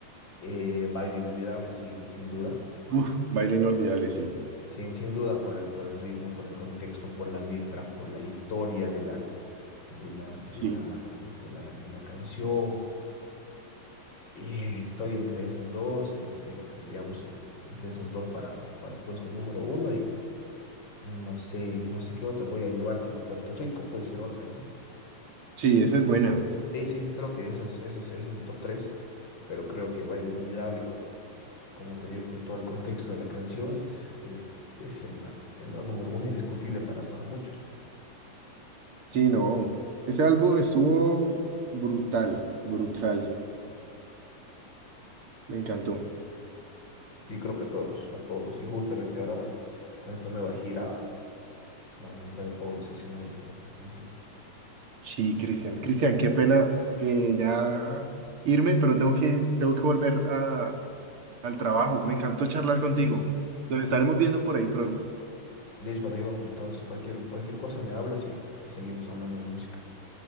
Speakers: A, on the left; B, on the right.
A: Eh, baile inolvidable, sin, sin duda.
B: Uf, baile inolvidable, sí.
A: Sin, sin duda por el, por el ritmo, por el contexto, por la letra, por la historia de la, de la, de
B: Sí.
A: la, de la, de la canción. Eh, estoy entre esas dos, entre, digamos, eh, entre esas dos para, para puesto número uno y no sé, no sé qué otra. Voy a llevarte para Puerto Rico, puede ser otra, ¿no?
B: Sí, esa
A: Es,
B: es buena.
A: sí, sí, creo que esas, eso es, ese es mi top 3 pero creo que Baile Inolvidable, como, como te digo, con todo el contexto de la canción, es, es, es el, el número uno indiscutible para, para muchos.
B: Sí, no. Ese álbum estuvo brutal, brutal. Me encantó.
A: sí creo que a todos, a todos. Y justamente ahora va, con esta nueva gira va, va a romper todos los escenarios con estas canciones.
B: Sí, Cristian. Cristian, qué pena eh, ya irme, pero tengo que, tengo que volver a, al trabajo. Me encantó charlar contigo. Nos estaremos viendo por ahí pronto.
A: Listo, amigo. Entonces, cualquier, cualquier cosa me hablas y, y seguimos hablando de música.